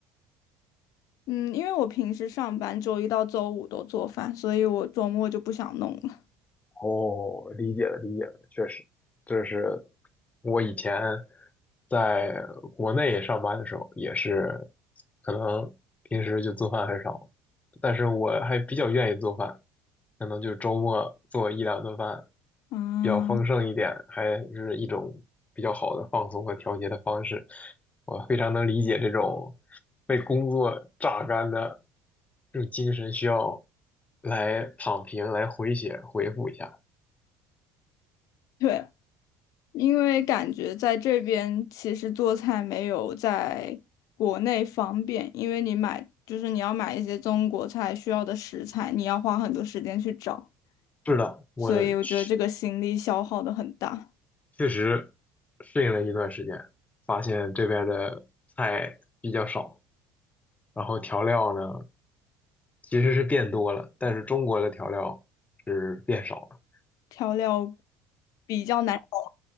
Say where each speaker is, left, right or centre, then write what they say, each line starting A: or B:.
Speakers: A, on the left; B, on the left.
A: 嗯，因为我平时上班周一到周五都做饭，所以我周末就不想弄了。
B: 哦，理解了，理解了，确实，就是我以前在国内上班的时候，也是可能平时就做饭很少，但是我还比较愿意做饭，可能就周末做一两顿饭，
A: 嗯，
B: 比较丰盛一点，还是一种比较好的放松和调节的方式。我非常能理解这种被工作榨干的这种精神需要来躺平，来回血，回复一下。
A: 对，因为感觉在这边其实做菜没有在国内方便，因为你买就是你要买一些中国菜需要的食材，你要花很多时间去找。
B: 是的，我确
A: 所以我觉得这个心力消耗的很大，
B: 确实适应了一段时间，发现这边的菜比较少，然后调料呢其实是变多了，但是中国的调料是变少了。
A: 调料比较难找，